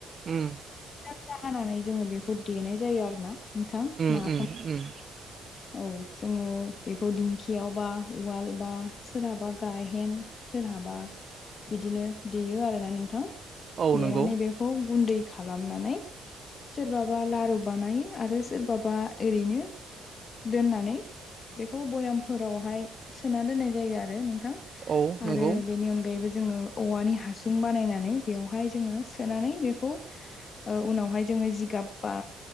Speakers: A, on the right; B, on the left.
A: उम
B: फिसा-फिसा हानानै जोङो बेखौ देनाय जायो आरो ना नोंथां
A: उम
B: नाफाम
A: उम उम
B: औ जोङो बेखौ दिंखियाव बा उवाल बा सोरहाबा गायहेन सोरहाबा बिदिनो देयो आरोना नोंथां
A: औ नंगौ
B: देनानै बे खौ गुन्दै खालामनानै सोरबाबा लारु बानायो आरो सोरबाबा ओरैनो दोननानै बेखौ भयामफोरावहाय सोना दोननाय जायो आरो नोंथां।
A: औ नंगौ
B: आरो बेनि अनगायैबो जोङो औवानि हासुं बानायनानै बेवहाय जोङो सोनानै बेखौ ओ उनावहाय जोङो जिगाब बा